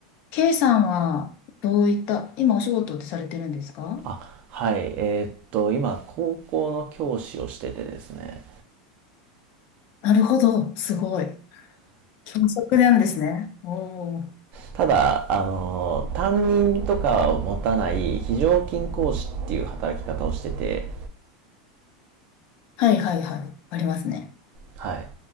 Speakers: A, on the left (about 50°); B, on the right (about 45°).
A: K さんはどういった、今お仕事ってされてるんですか
B: あ、はい。えーっと、今、高校の教師をしててですね。
A: なるほど。すごい。教職なんですね。おお。
B: ただ、あの、担任とかを持たない非常勤講師っていう働き方をしてて、
A: はいはいはい。ありますね。
B: はい。